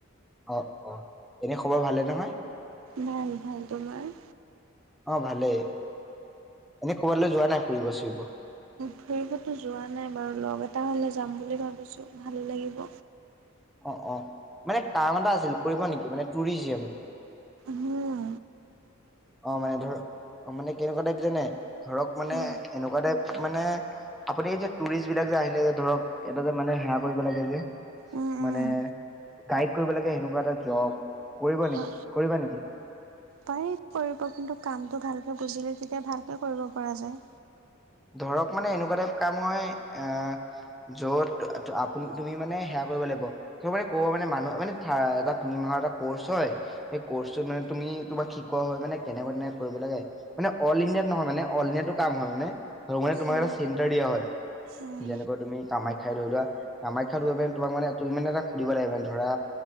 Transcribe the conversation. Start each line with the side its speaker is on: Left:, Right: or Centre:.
Centre: অ', অ এনে খবৰ ভালে নহয়?
Right: ভাল ভাল। তোমাৰ?
Centre: অ ভালেই। এনেই কবালৈ যোৱা নাই ফুৰিব চুৰিব?
Right: ফুৰিবতো যোৱা নাই বাৰু, লগ এটা হ'লে যাম বুলি ভাবিছোঁ, ভালো লাগিব।
Centre: অ', অ, মানে কাম এটা আছিল কৰিব নেকি? মানে টুৰিজিম।
Right: হম।
Centre: অ', মানে ধৰ, অ', মানে কেনেকুৱা টাইপ জানে? ধৰক মানে
Right: উম,
Centre: এনেকুৱা টাইপ মানে আপুনি যে টুৰিষ্ট বিলাক যে আহিলে যে, ধৰক, এটা যে মানে সেৱা কৰিব লাগে যে।
Right: উম,
Centre: মানে
Right: উম।
Centre: গাইড কৰিব লাগে সেনেকুৱা এটা জব, কৰিব নেকি?
Right: অ
Centre: কৰিবা নেকি?
Right: পাৰি কৰিব, কিন্তু কামটো ভালকে বুজিলে তেতিয়া ভালকে কৰিব পৰা যায়।
Centre: ধৰক মানে এনেকুৱা টাইপ কাম হয়, অহ, য'ত আপুনি তুমি মানে সেৱা কৰিব লাগিব, ত মানে ক'ব ম মানুহ মানে এটা তিনি মাহৰ এটা কৰ্চ হয়, সেই কৰ্চত মানে তুমি তোমাক শিকোৱা হয় মানে কেনে তেনেকুৱা তেনেকে কৰিব লাগে, মানে অল ইণ্ডিয়াত নহয় মানে, অল ইণ্ডিয়াতো কাম হয় মানে। ধৰক মানে তোমাক
Right: উম,
Centre: এটা চেনটাৰ দিয়া হয়।
Right: উম,
Centre: যেনেকৈ তুমি কামাখ্যাই ধৰি লোৱা, কামাখ্যাই লৈ পানে তোমাক মানে তুমি মানে এটা সুধিব লাগিব মানে ধৰা